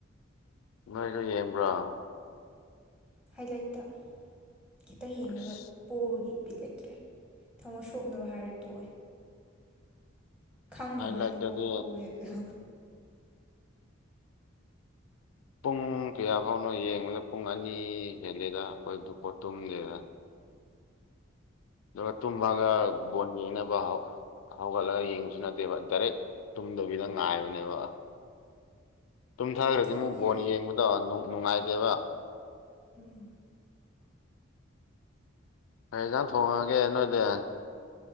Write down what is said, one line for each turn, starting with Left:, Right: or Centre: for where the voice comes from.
Left: ꯅꯣꯏꯁꯨ ꯌꯦꯡꯕ꯭ꯔꯥ
Centre: ꯍꯥꯏꯂꯥꯏꯠꯇ ꯈꯤꯇꯪ ꯌꯦꯡꯉꯒ
Left: ꯑꯁ
Centre: ꯄꯣꯛꯕꯒꯤ ꯍꯦꯕꯤꯠ ꯂꯩꯇ꯭ꯔꯦ ꯊꯃꯣꯏ ꯁꯣꯛꯅꯕ ꯍꯥꯏꯔ ꯇꯣꯛꯑꯦ ꯈꯪꯉꯕꯅꯤꯅꯀꯣ
Left: ꯍꯥꯏ ꯂꯥꯏꯠꯇꯗꯤ
Centre: ꯄꯣꯛꯦ ꯍꯥꯏꯕꯗ
Left: ꯄꯨꯡ ꯀꯌꯥ ꯐꯥꯎꯅ ꯌꯦꯡꯕꯗ ꯄꯨꯡ ꯑꯅꯤ ꯍꯦꯂꯦꯗ ꯑꯩꯈꯣꯏ ꯄꯣꯠ ꯇꯨꯝꯗꯦꯗ ꯑꯗꯨꯒ ꯇꯨꯝꯃꯒ ꯕꯣꯟ ꯌꯦꯡꯅꯕ ꯍꯧꯒꯠꯂꯒ ꯌꯦꯡꯕꯁꯨ ꯅꯠꯇꯦꯕ ꯗꯥꯏꯔꯦꯛ ꯇꯨꯝꯗꯕꯤꯗ ꯉꯥꯏꯕꯅꯦꯕ ꯇꯨꯝꯊꯥꯈ꯭ꯔꯗꯤ
Centre: ꯑꯗꯨꯅꯦ
Left: ꯑꯃꯨꯛ ꯕꯣꯟ ꯌꯦꯡꯕꯗꯣ ꯅꯨꯡꯉꯥꯏꯇꯦꯕ
Centre: ꯎꯝ ꯎꯝ
Left: ꯀ ꯌꯦꯟꯖꯥꯡ ꯊꯣꯡꯉꯒꯦ ꯅꯣꯏꯗꯤ